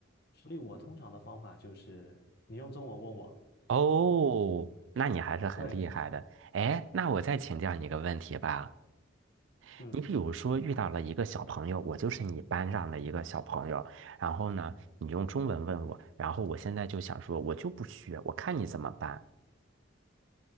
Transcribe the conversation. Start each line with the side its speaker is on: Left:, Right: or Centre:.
Left: 所以我通常的方法就是，你用中文问我，
Right: 哦，那你还是很厉害的。
Left: <laughs> 对，
Right: 哎，那我再请教你一个问题吧。
Left: 嗯。
Right: 你比如说遇到了一个小朋友，我就是你班上的一个小朋友，然后呢，你用中文问我，然后我现在就想说，我就不学，我看你怎么办。